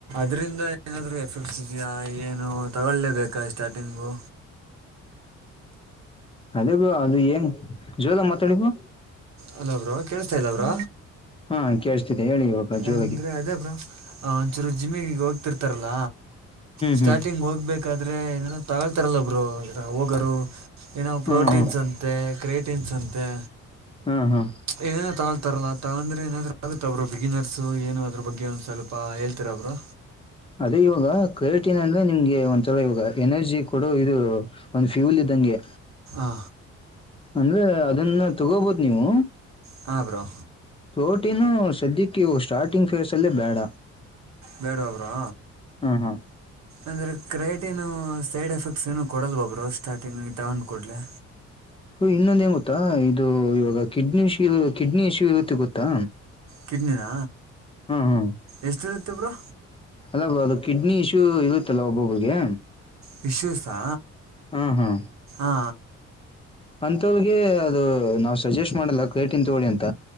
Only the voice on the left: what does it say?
ಅದೇ ಬ್ರೋ ಅದು ಏಂಗ್ ಜೋರಾಗಿ ಮಾತಾಡಿ ಬ್ರೋ
ಹಾ ಕೇೇಳಸ್ತಿದೆೆ ಹೇಳಿ ಇಾಗ ಜೋಲಗೆ
ಹ್ಞೂ
ಹಾಂ ಹಾಂ
ಹಾಂ ಹಾಂ
ಅದೇ ಇವಾಗ ಕಟೀನ್ ಅಂದ್ರೆ ನಿಮ್ಗೆ ಒಂದ್ಸಲ ಇವಾಗ ಎನರ್ಜಿ ಕೊಡ ಇದು ಒಂದ್ ಫ್ಯೂಲ್ ಇದ ತಗೆ
ಅಂದ್ರೆ ಅದನ್ನ ತಗೋಬೋದು ನೀವು
ರೋಟೀಿನ ಸದ್ಯಕ್ಕೆ ಸ್ಟಾರ್ಟಿಂಗ್ ಫೇಸ್ ಅಲ್ಲೇ ಬೇಡ
ಹಾಂ ಹಾಂ
ಇನ್ನೊಂದ ್ ಗೊತ್ತಾ ಇದು ಇವಾಗ ಕಿಡ್ನಿ ಇಶ್ಯೂ ಕಿಡ್ನಿ ಇಶ್ಯೂ ಇರುತ್ತೆ ಗೊತ್ತಾ
ಹ್ಮ್
ಅಲ್ಲ ಅದು ಕಿಡ್ನಿ ಇಶ್ಯೂ ಇರುತ್ತಲ್ಲ ಒಬ್ಬೊಬ್ಬಿಗೆ
ಹ್ಮ ಹ್ಮ್
ಅಂತಳ್ಗೆ ಅದು ನಾವ್ ಸಜೆಸ್ಟ್ ಮಾಡಲ್ಲ ಕೈಟನ್ ತಗಳಿ ಅಂತ